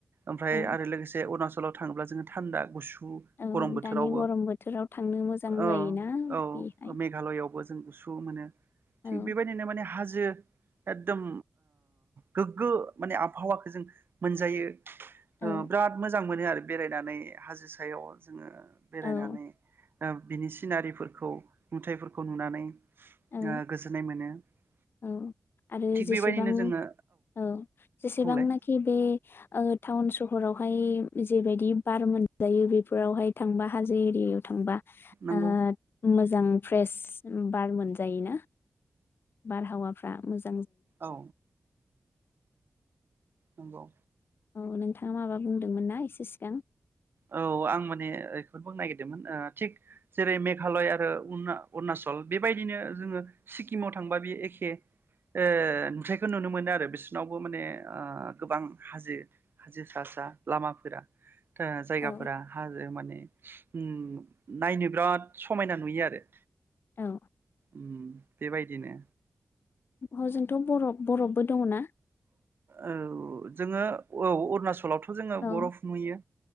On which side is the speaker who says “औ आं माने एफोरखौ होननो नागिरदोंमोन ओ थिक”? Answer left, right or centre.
Right